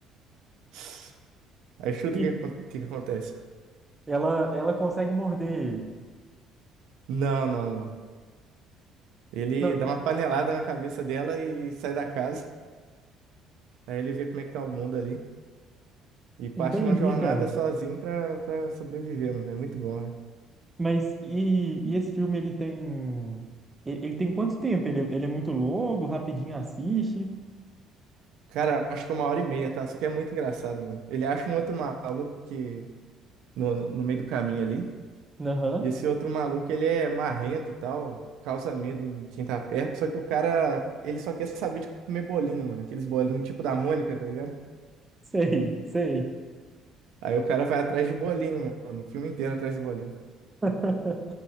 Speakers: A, on the right; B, on the right.
A: <laughs> Aí chuta
B: E
A: o que, acon- o que que acontece.
B: ela, ela consegue morder ele.
A: Não, não, não. Ele
B: Não,
A: dá uma panelada na cabeça dela e sai da casa. Aí ele vê como é que tá o mundo ali. E parte
B: entendi,
A: numa jornada
B: cara.
A: sozinho pra, pra sobreviver, mano. É muito bom, né?
B: Mas e, e esse filme, ele tem... Ele ele tem quanto tempo? Ele, ele é muito longo, rapidinho assiste?
A: Cara, eu acho que é uma hora e meia, tá? Só que é muito engraçado, mano. Ele acha um outro maluco que no, no meio do caminho ali.
B: Aham,
A: E esse outro maluco, ele é marrento e tal, causa medo em quem tá perto. Só que o cara, ele só quer saber de comer bolinho, mano. Aqueles bolinhos tipo da Mônica, tá ligado?
B: sei, sei.
A: Aí o cara vai atrás de bolinho, mano. O filme inteiro atrás de bolinho.
B: <laughs>